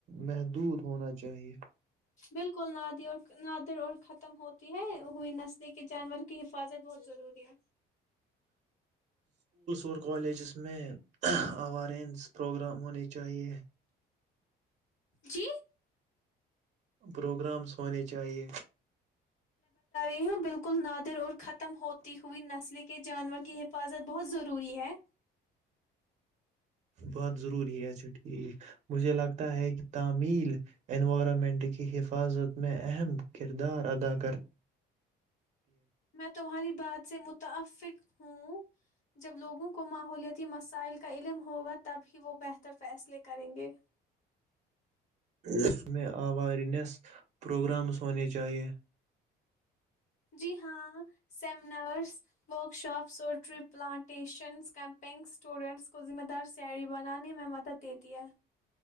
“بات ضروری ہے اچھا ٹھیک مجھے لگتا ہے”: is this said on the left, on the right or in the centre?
Right